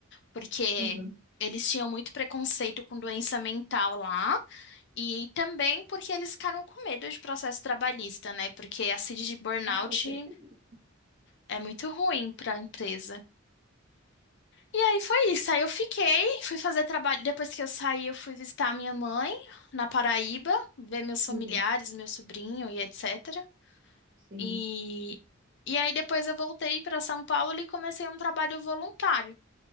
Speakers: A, on the left; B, on the right.
A: porque
B: Uhum,
A: eles tinham muito preconceito com doença mental lá e também porque eles ficaram com medo de processo trabalhista, né? Porque a CID de burnout
B: Ah, foi perfeito.
A: é muito ruim para a empresa. E aí foi isso. Aí eu fiquei, fui fazer trabalho. Depois que eu saí, eu fui visitar a minha mãe na Paraíba, ver meus familiares,
B: uhum,
A: meu sobrinho e etc.
B: sim.
A: E, e aí depois eu voltei para São Paulo e comecei um trabalho voluntário,